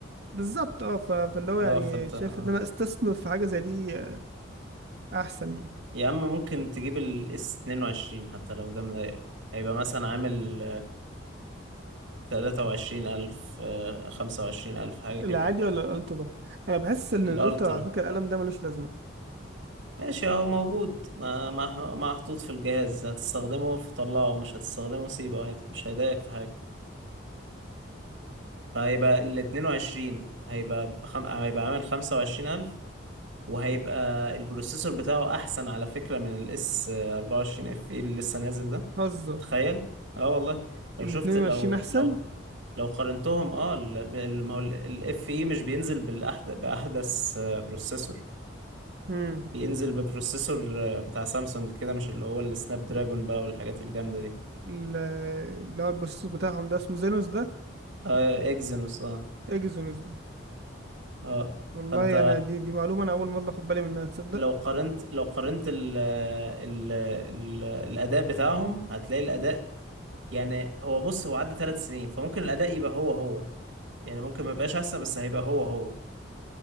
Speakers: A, on the right; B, on the right.
A: بالظبط اه ف- فاللي هو
B: اه
A: يعني
B: فانت
A: شايف
B: آه.
A: ان انا استثمر في حاجة زي دي آه، احسن يعني
B: يا اما ممكن تجيب الاس 22 حتى لو ده مضايقك هيبقى مثلا عامل تلاتة وعشرين ألف آه، خمسة وعشرين ألف حاجة كده
A: العادي ولا الالترا انا بحس ان
B: الألترا
A: الالترا على فكرة القلم ده ملوش لازمة
B: ماشي هو موجود ما ما ما محطوط في الجهاز هتستخدمه في طلعه مش هتستخدمه سيبه عادي مش هيضايقك في حاجة فهيبقى ال 22 هيبقى بخم... هيبقى عامل 25000 وهيبقى البروسيسور بتاعه احسن على فكرة من الاس 24 اف اي اللي لسه نازل ده
A: هزر
B: تخيل اه والله لو
A: ال
B: شفت
A: 22
B: لو
A: احسن
B: لو لو قارنتهم اه ال- ال- ما هو الاف اي مش بينزل بالأحد... باحدث آه، بروسيسور
A: امم
B: بينزل ببروسيسور آه، بتاع سامسونج كده مش اللي هو السناب دراجون بقى والحاجات الجامدة دي
A: ال- اللي هو البروسيسور بتاعهم ده اسمه زينوس ده
B: اه اكزينوس اه
A: اكزينوس ده
B: اه
A: والله
B: فانت
A: انا دي دي معلومة انا اول مرة اخد بالي منها تصدق
B: لو قارنت لو قارنت ال ال ال الأداء بتاعهم هتلاقي الأداء يعني هو بص هو عدى ثلاث سنين فممكن الأداء يبقى هو هو يعني ممكن ما يبقاش أحسن بس هيبقى هو هو